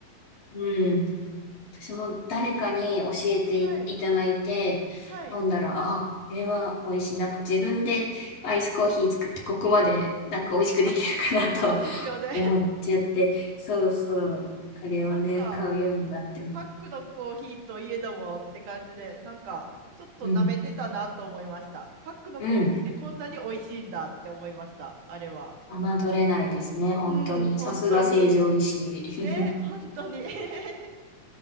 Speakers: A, on the left; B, on the right.
A: <laughs> うん。私も誰かに教えていただいて
B: <laughs> はい、はい。
A: 飲んだら、あこれは美味しい。なんか自分でアイスコーヒー作ってここまでなんか美味しくできるかなと
B: あ、そうですよね。
A: <laughs> 思っちゃって、そうそう、
B: <laughs>
A: あれをね、
B: なんか、
A: 買うようになっても、
B: パックのコーヒーといえどもって感じで、なんかちょっと舐めてたなと思いました。
A: うん、
B: パックのコーヒーでこんなに美味しいんだって思いました、
A: うん、
B: あれは。
A: 侮れないですね、本当に。
B: うん、本当に。
A: さすが成城石井。
B: ね、
A: <laughs>
B: 本当に。<laughs> え